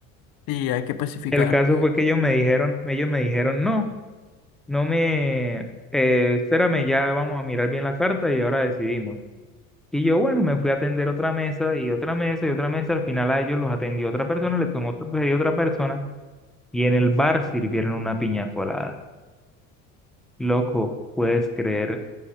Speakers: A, on the left; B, in the centre.
A: Sí, hay que pacificar.
B: El caso fue que ellos me dijeron, ellos me dijeron, no, no me, eh, espérame, ya vamos a mirar bien la carta y ahora decidimos. Y yo, bueno, me fui a atender otra mesa y otra mesa y otra mesa. Al final a ellos los atendió otra persona, le tomó otro, pedido otra persona. Y en el bar sirvieron una piña colada. Loco, puedes creer